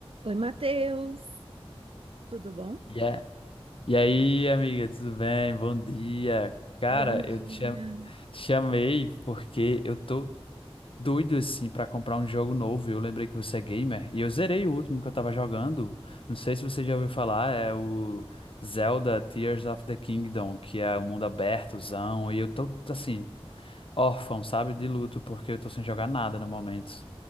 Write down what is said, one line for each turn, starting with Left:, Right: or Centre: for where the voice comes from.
Right: Oi, Matheus, tudo bom?
Left: E, a- e aí, amiga, tudo bem? Bom dia. Cara,
Right: Bom dia.
Left: eu te, cham- te chamei porque eu tô doido assim pra comprar um jogo novo. Eu lembrei que você é gamer e eu zerei o último que eu tava jogando. Não sei se você já ouviu falar, é o Zelda Tears of the Kingdom, que é um mundo abertozão. E eu tô assim, órfão, sabe, de luto, porque eu tô sem jogar nada no momento.